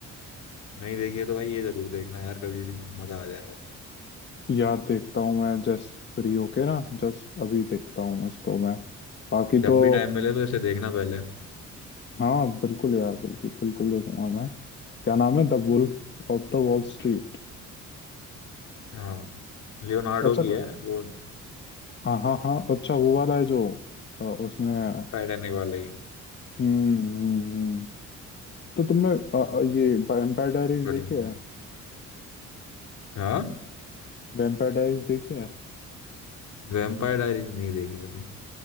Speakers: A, on the left; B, on the left.
A: नहीं देखिए तो भाई ये जरूर देखना यार कभी भी तो मजा आ जाएगा
B: यार देखता हूँ मैं जस्ट फ्री होके ना जस्ट अभी देखता हूँ इसको मैं बाकी
A: जब
B: तो
A: भी टाइम मिले तो इसे देखना पहले
B: हाँ बिल्कुल यार बिल्कुल बिल्कुल देखूंगा मैं क्या नाम है The wolf of the wall street
A: हाँ लियोनार्डो
B: अच्छा
A: की है वो
B: हाँ हाँ हाँ अच्छा वो वाला है जो अ, उसमें है।
A: टाइटैनिक वाला ही
B: हम्म हम्म हम्म। तो तुमने अ, अ, ये वैम्पायर डायरीज
A: बढ़िया
B: देखी है
A: हाँ
B: वैम्पायर डायरीज देखी है
A: वैम्पायर डायरीज नहीं देखी भाई